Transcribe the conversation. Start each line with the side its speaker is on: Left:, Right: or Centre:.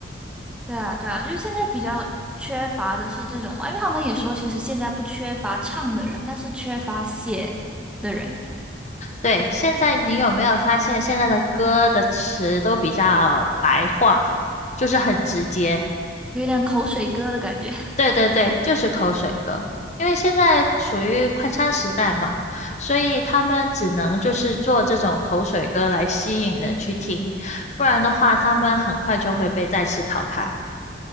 Centre: 对啊，对啊，就是现在比较缺乏的是这种嘛，因为他们也说，其实现在不缺乏唱的人，但是缺乏写的人，
Left: 对，现在你有没有发现现在的歌的词都比较白话，就是很直接。
Centre: 有一点口水歌的感觉。
Left: 对对对，就是口水歌。因为现在属于快餐时代嘛，所以他们只能就是做这种口水歌来吸引人去听，不然的话他们很快就会被再次淘汰。